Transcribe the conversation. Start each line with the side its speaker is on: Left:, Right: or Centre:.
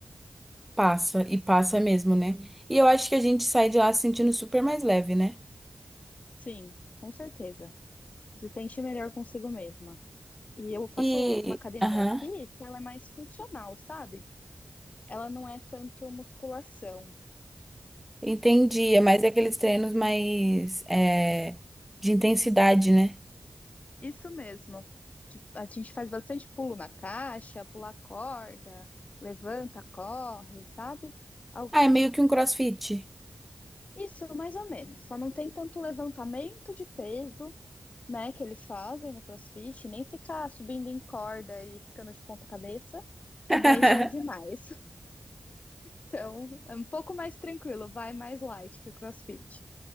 Centre: Passa, e passa mesmo, né? E eu acho que a gente sai de lá se sentindo super mais leve, né?
Left: Sim, com certeza. se sente melhor consigo mesma. E eu faço
Centre: E.
Left: uma academia
Centre: Aham.
Left: aqui que ela é mais funcional, sabe? Ela não é tanto musculação.
Centre: Entendi. É mais aqueles treinos mais. é, de intensidade, né?
Left: Isso mesmo. Tipo, a gente faz bastante pulo na caixa, pula corda, levanta, corre, sabe? Al-
Centre: Ah, é meio que um crossfit.
Left: Isso, mais ou menos. Só não tem tanto levantamento de peso, né, que eles fazem no CrossFit, nem ficar subindo em corda e ficando de ponta cabeça, que
Centre: <laughs>
Left: daí já é demais. Então, é um pouco mais tranquilo, vai mais light que o CrossFit.